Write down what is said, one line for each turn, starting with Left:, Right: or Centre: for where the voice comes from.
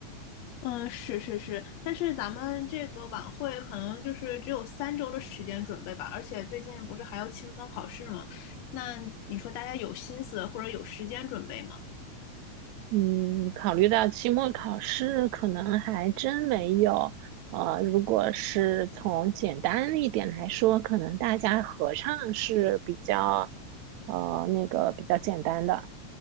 Left: 嗯，是是是，但是咱们这个晚会可能就是只有三周的时间准备吧，而且最近不是还要期末考试吗？那你说大家有心思或者有时间准备吗？
Right: 嗯，考虑到期末考试，可能还真没有。呃，如果是从简单一点来说，可能大家合唱是比较，呃，那个比较简单的。